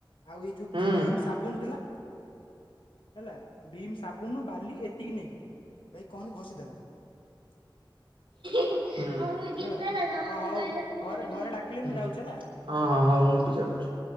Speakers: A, on the left (about 85°); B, on the right (about 85°).
A: ଆଉ ଏଇ ଯୋଉ
B: ହୁଁ
A: ବି ଭୀମ ସାବୁନ୍ ଥିଲା ହେଲା ଭୀମ୍ ସାବୁନୁ ବାଲି ଏତିକି ନେଇ ଭାଇ କହନି ଘଷିଦେଲା। <unintelligible>
B: <inaudible> ଗୀତା
A: ହେଲା
B: ଲାଗାମ ଆମୁକୁ
A: ଅ ହଉ
B: କହିଲା କି
A: ଘରେ
B: ଗୋଟେ ଭିଡିଓ
A: ଘରେ ଡାକିଲେ
B: ଆଣି
A: ମୁଁ ଯାଉଛି ହେଲା।
B: ହଁ ହଁ ହଉ ମୁଁ ବି ଯାଉଛି।